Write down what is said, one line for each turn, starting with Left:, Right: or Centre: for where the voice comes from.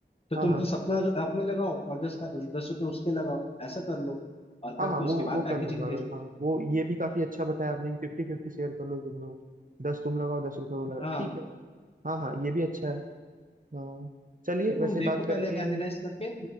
Left: तो
Right: हाँ
Left: तुम
Right: हाँ
Left: दस अपना अपने लगाओ और दस दस रुपए उसके लगाओ ऐसा कर लो और
Right: हाँ
Left: करके
Right: हाँ
Left: उसके
Right: वो
Left: बाद
Right: वो
Left: पैकेजिंग
Right: कर लूंगा
Left: भेजो
Right: मैं हाँ वो ये भी काफी अच्छा बताया आपने कि फिफ्टी फिफ्टी शेयर कर लो तुम लोग दस तुम लगाओ दस रुपये वो लगा
Left: हाँ
Right: ठीक है हाँ हाँ ये भी अच्छा है हाँ चलिए
Left: तो तुम
Right: वैसे
Left: देखो
Right: बात
Left: पहले
Right: करके
Left: एनालाइज करके